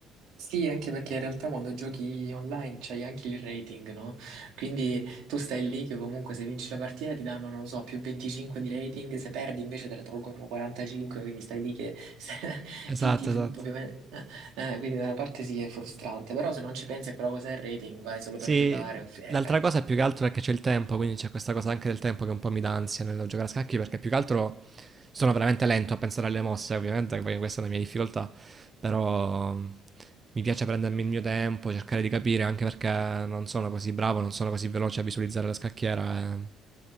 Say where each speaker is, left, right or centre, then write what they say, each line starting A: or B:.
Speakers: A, on the right; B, on the right.
A: Sì, anche perché in realtà quando giochi online c'hai anche il rating, no? Quindi tu stai lì che comunque se vinci la partita ti danno, non lo so, più 25 di rating, se perdi invece te ne tolgono 45, quindi stai lì che <laughs> se-
B: Esatto,
A: ti, ti-
B: esatto.
A: ovviamente, eh, eh, quindi da una parte sì è frustrante, però se non ci pensi a quella cosa del rating vai solo
B: Sì,
A: per giocare. Eh,
B: l'altra
A: beh.
B: cosa più che altro è che c'è il tempo, quindi c'è questa cosa anche del tempo che un po' mi dà ansia nel giocare a scacchi, perché più che altro sono veramente lento a pensare alle mosse, ovviamente, poi questa è una mia difficoltà, però mm, mi piace prendermi il mio tempo, cercare di capire, anche perché non sono così bravo, non sono così veloce a visualizzare la scacchiera. e